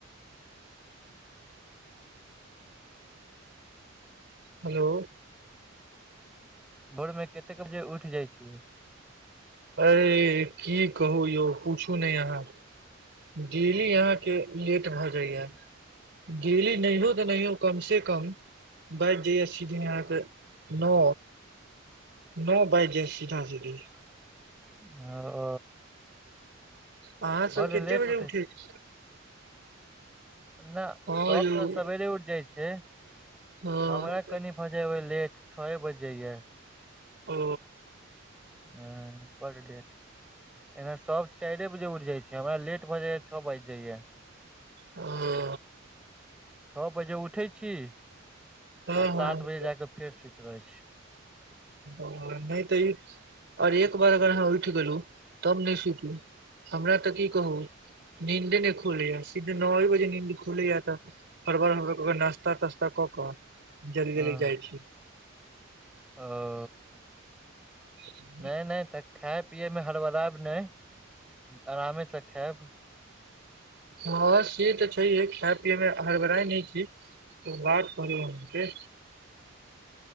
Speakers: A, on the right; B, in the centre.
A: हेलो
B: भोर मे केतेक बजे उठि जाइ छियै
A: अरे की कहू यौ पूछू नै अहाँ डेली अहाँके लेट भऽ जाइये डेली नहियो तऽ नहियो कम से कम बाजि जाइये सीधे अहाँके नौ नौ बाजि जाए सीधा सीधी
B: होलो <unintelligible>
A: आहाँ
B: बड
A: सब केते
B: लेट
A: बजे
B: उठै
A: उठे छी
B: न
A: हँ
B: सब
A: यौ
B: तऽ सवेरे उठि जाइ छै
A: हँ
B: हमरा कनी भऽ जाइ ये लेट छौये बजि जाइये
A: ओ
B: हँ पर डेट एना सब चाइरे बजे उठि जाइ छै हमरा लेट भऽ जाइये छ‌ओ बाजि जाइये
A: <inaudible>
B: छओ बजे उठै छी आ
A: हँ हँ
B: सात बजे जाके फेर सुति रहै छी
A: ओ नहि तऽ ई आओर एक बार अगर अहाँ उठि गेलु तब नहि सुतू हमरा तऽ की कहू नींदे नहि खुलैये जा सीधे नौए बजे नींद खुलैये तऽ हर बर हर बर क क नास्ता तास्ता कऽ कऽ जल्दी
B: हँ
A: जल्दी जाइ छी
B: ओ
A: <inaudible>
B: नहि नहि तऽ खायनए पियैमे हड़बराएब नहि आरामेसँ खायब
A: हँ से तऽ छै है खाय पियए मे हरबड़ाइ नै छी त बात करू अहाँ से